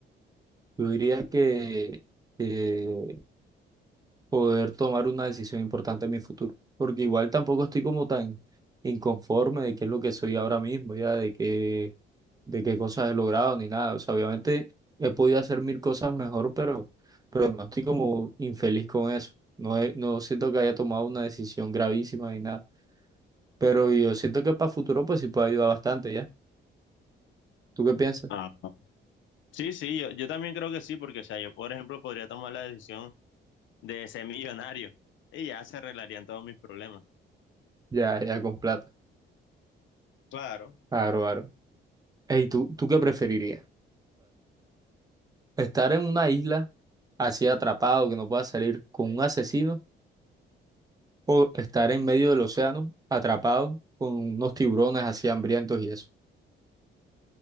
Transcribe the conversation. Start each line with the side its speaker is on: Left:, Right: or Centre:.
Right: Yo diría que, que poder tomar una decisión importante en mi futuro, porque igual tampoco estoy como tan inconforme de qué es lo que soy ahora mismo, ya de qué, de qué cosas he logrado ni nada. O sea, obviamente he podido hacer mil cosas mejor, pero, pero no estoy como infeliz con eso. No, he- no siento que haya tomado una decisión gravísima ni nada, pero yo siento que para futuro pues sí puede ayudar bastante, ¿ya? ¿Tú qué piensas?
Left: Ah, Sí, sí, yo, yo también creo que sí, porque, o sea, yo, por ejemplo, podría tomar la decisión de ser millonario y ya se arreglarían todos mis problemas.
Right: Ya, ya con plata.
Left: Claro.
Right: Claro, claro. Ey, ¿tú, tú qué preferirías? Estar en una isla así atrapado que no pueda salir con un asesino o estar en medio del océano atrapado con unos tiburones así hambrientos y eso.